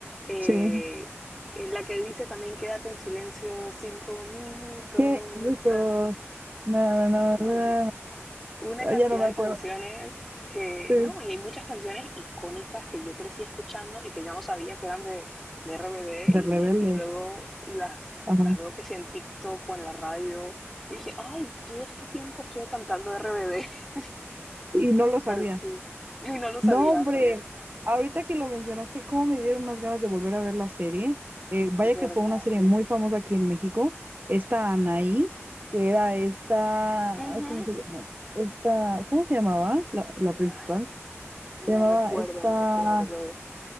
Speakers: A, in the centre; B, on the right (about 40°).
A: eh,
B: Sí.
A: en la que dice también quédate en silencio cinco minutos.
B: qué yo soy- na, na, na,
A: ah,
B: na,
A: una
B: na.
A: cantidad
B: Ya no me
A: de
B: acuerdo.
A: canciones que,
B: Sí.
A: no, y hay muchas canciones icónicas que yo crecí escuchando y que yo no sabía que eran de, de RBD
B: De
A: y,
B: rebelde.
A: y luego las,
B: Ajá.
A: las veo que sí en TikTok o en la radio y dije, ay, todo este tiempo estuve cantando RBD, <laughs>
B: Y no lo sabía.
A: pero sí, y no lo sabía
B: No, hombre.
A: porque,
B: Ahorita que lo mencionaste, cómo me dieron unas ganas de volver a ver la serie. Eh, vaya
A: verdad.
B: que fue una serie muy famosa aquí en México. Esta Anaí, que era esta,
A: Ujú.
B: ay, ¿cómo se llama? Esta, ¿cómo se llamaba? La, la principal.
A: Ay, no
B: Se llamaba
A: recuerdo,
B: esta.
A: no recuerdo.